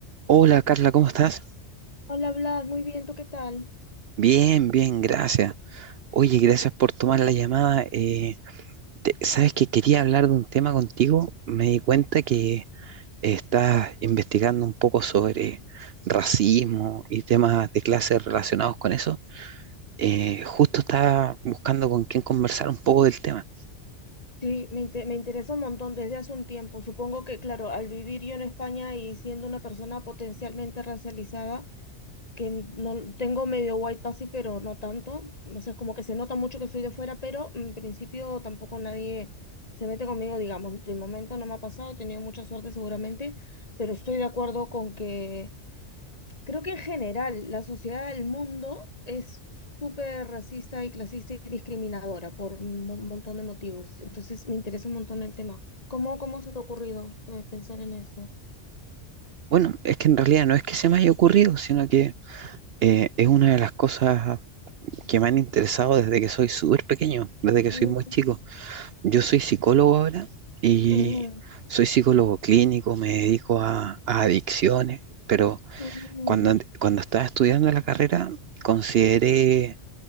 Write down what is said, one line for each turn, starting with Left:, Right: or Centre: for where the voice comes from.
Right: Hola Carla, ¿cómo estás?
Left: Hola Blas, muy bien, ¿tú qué tal?
Right: Bien, bien, gracias. Oye, gracias por tomar la llamada. Eh, te- sabes que quería hablar de un tema contigo. Me di cuenta que estás investigando un poco sobre racismo y temas de clase relacionados con eso. Eh, justo estaba buscando con quién conversar un poco del tema.
Left: Sí, me, inte- me interesa un montón desde hace un tiempo. Supongo que, claro, al vivir yo en España y siendo una persona potencialmente racializada, que no tengo medio white passy, pero no tanto, o sea, es como que se nota mucho que soy de fuera, pero en principio tampoco nadie se mete conmigo, digamos. De momento no me ha pasado, he tenido mucha suerte seguramente, pero estoy de acuerdo con que Creo que en general la sociedad del mundo es súper racista y clasista y discriminadora por un mo- montón de motivos. Entonces me interesa un montón el tema. ¿Cómo, cómo se te ha ocurrido eh, pensar en eso?
Right: Bueno, es que en realidad no es que se me haya ocurrido, sino que eh, es una de las cosas que me han interesado desde que soy súper pequeño, desde que
Left: Mm,
Right: soy muy chico. Yo soy psicólogo ahora y
Left: ujú,
Right: soy psicólogo clínico, me dedico a, a adicciones, pero
Left: ujú,
Right: cuando, en- cuando estaba estudiando la carrera consideré,